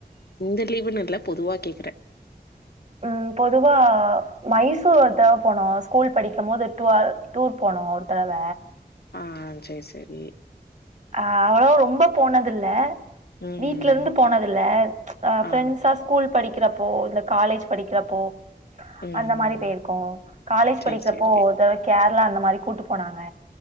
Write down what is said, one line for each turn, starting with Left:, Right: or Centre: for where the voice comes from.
Left: இந்த லீவுன் இல்ல பொதுவா கேக்குறே
Right: ம் பொதுவா மைசூர் ஒரு தவ போனோ ஸ்கூல் படிக்கும் போது டுவ டூர் போனோ ஒரு தடவ
Left: ஆ சேர் சேரி
Right: ஆ அவ்வளோ ரொம்ப போனதில்ல
Left: ம்
Right: வீட்லருந்து போனதில்ல அ ஃப்ரெண்ட்ஸா
Left: ஆ
Right: ஸ்கூல் படிக்கிறப்போ இந்த காலேஜ் படிக்கிறப்போ
Left: ம்
Right: அந்த மாரி பேயிருக்கோ காலேஜ்
Left: சேரி
Right: படிக்கிறப்போ
Left: சேரி
Right: ஒரு தடவ கேரளா அந்த மாரி கூட்டு போனாங்க